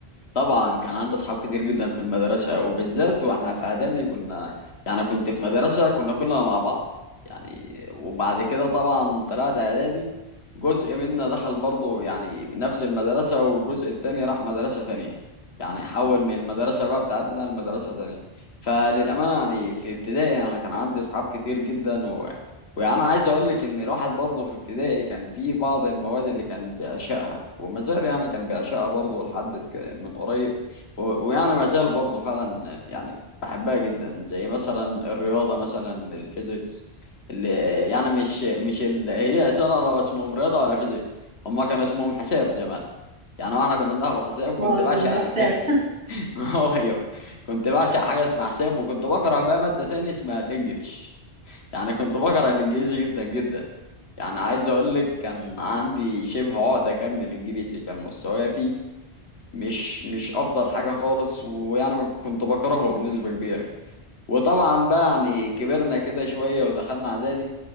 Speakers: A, on the left; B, on the right.
A: طبعا كان عندي أصحاب كتير جدا في المدرسة وبالذات وإحنا في إعدادي كنا يعني كنت في مدرسة كنا كلنا مع بعض يعني وبعد كده طبعا طلعت إعدادي جزء منا دخل برضه يعني نفس المدرسة والجزء التاني راح مدرسة تانية يعني حول من المدرسة بقى بتاعتنا لمدرسة تانية فللأمانة يعني في ابتدائي أنا يعني كان عندي أصحاب كتير جدا وانا عايز اقول لك ان الواحد برضه في ابتدائي كان في بعض المواد اللي كان بيعشقها وما زال يعني كان بيعشقها برضه لحد ك- من قريب و- ويعني ما زال برضه فعلا يعني بحبها جدا زي مثلا الرياضه مثلا الفيزيكس اللي يعني مش مش اللي هي اساسا ولا اسمهم رياضه ولا فيزيكس هما كان اسمهم حساب زمان يعني واحنا كنا بناخد حساب كنت
B: اه
A: بعشق
B: كنا
A: الحساب
B: وحساب
A: <laughs> هو ايوه كنت بعشق حاجه اسمها حساب وكنت بكره بقى ماده تانية اسمها الانجليش يعني كنت بكره الانجليزي جدا جدا يعني عايز اقول لك كان عندي شبه عقدة كده من الانجليزي كان مستواي فيه مش مش افضل حاجة خالص ويعني كنت بكرهه بنسبة كبيرة وطبعا بقى يعني كبرنا كده شوية ودخلنا اعدادي